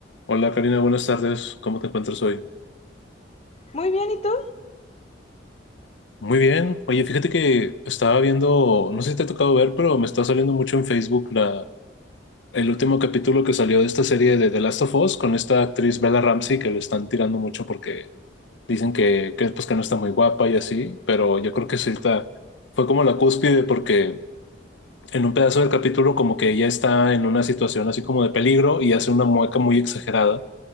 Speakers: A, on the left; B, on the left.
A: Hola Karina, buenas tardes. ¿Cómo te encuentras hoy?
B: Muy bien, ¿y tú?
A: Muy bien. Oye, fíjate que estaba viendo, no sé si te ha tocado ver, pero me está saliendo mucho en Facebook la, el último capítulo que salió de esta serie de The Last of Us con esta actriz Bella Ramsey que le están tirando mucho porque dicen que, que, pues, que no está muy guapa y así, pero yo creo que sí está, fue como la cúspide porque en un pedazo del capítulo como que ella está en una situación así como de peligro y hace una mueca muy exagerada